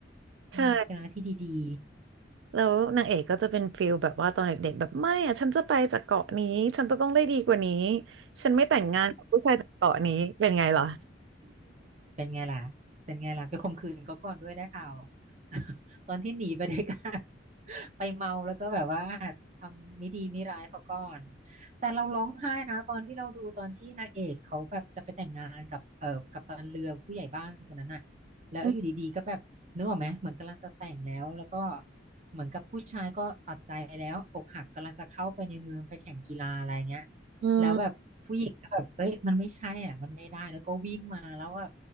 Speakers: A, on the right; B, on the right.
A: ใช่
B: อืมเป็นอะไรที่ดี
A: แล้วนางเอกก็จะเป็นฟิลแบบว่าตอนเด็กๆแบบไม่อะฉันจะไปจากเกาะนี้ฉันจะต้องได้ดีกว่านี้ฉันไม่แต่งงานกับผู้ชายจากเกาะนี้เป็นไงล่ะ
B: เป็นไงล่ะ เป็นไงล่ะไปข่มขืนเขาก่อนด้วยได้ข่าว <laughs> ตอนที่หนีไปด้วยกัน <laughs> ไปเมาแล้วก็แบบว่าทำไม่ดีไม่ร้ายเขาก่อนแต่เราร้องไห้นะตอนที่เราดูตอนที่นางเอกเขาแบบจะไปแต่งงานกับเอ่อกัปตันเรือผู้ใหญ่บ้านคนนั้นอะแล้วอยู่ดีๆก็แบบนึกออกไหมเหมือนกำลังจะแต่งแล้วแล้วก็
A: <laughs>
B: เหมือนกับผู้ชายก็ตัดใจแล้วอกหักกำลังจะเข้าไปในเมืองไปแข่งกีฬาอะไรเงี้ย
A: อืม
B: แล้วแบบผู้หญิงก็แบบเอ้ยมันไม่ใช่อ่ะมันไม่ได้แล้วก็วิ่งมาแล้วแบบ